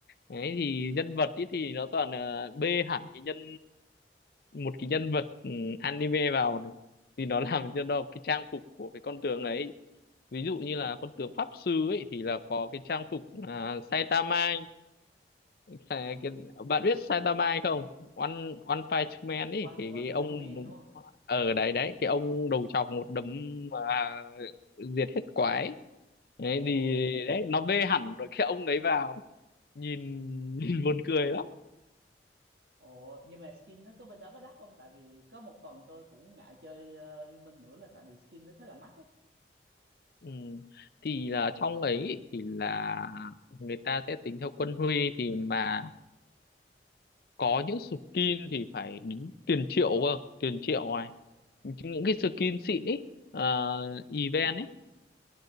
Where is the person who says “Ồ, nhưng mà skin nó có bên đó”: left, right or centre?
Right